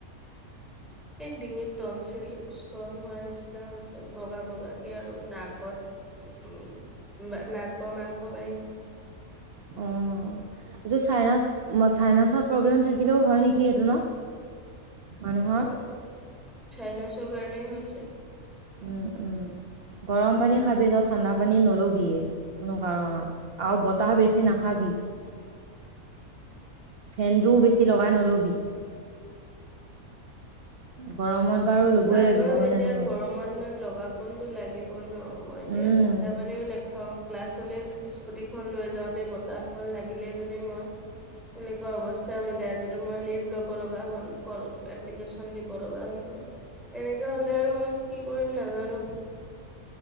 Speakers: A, in the centre; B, on the right.
A: এই ডিঙিত টন চিল তন হোৱা নিচিনা হৈছে বগা বগা। আৰু নাকত উ। বা নাকৰ মাংস বাঢ়িছে?
B: অ এইটো চাইনাচ চাইনিছৰ প্ৰব্লেম থাকিলেও হয় নেকি? কি এটো ন। মানুহৰ?
A: মোৰ চাইনাছৰ কাৰণেই হৈছে।
B: উম, উম গৰম পানী খাবি ত ঠাণ্ডা পানী নলবিয়ে কোনো কাৰণত আৰু বতাহ বেছি নাখাবি ফেনটো বেছি লগাই নলবি গৰমত বাৰু ল'বই
A: মানুহক
B: লাগিব হয়
A: এতিয়া
B: নে নহয়
A: গৰম লগা কোনতো লাগিবই ন, মই এতিয়া
B: উম
A: ঠাণ্ডা পানীও নেখা হওক, ক্লাছলৈ স্কুটিখন লৈ যাওঁ বতাহ অকল লাগিলে যদি মই, এনেকুৱা অৱস্থা হৈ যায় আজিটো মই লিভ ল'ব লগা হ'ল কল এপ্লিকেচন দিব লগা হৈছে। এনেকা হলে আৰু মই কি কৰিম নাজানো।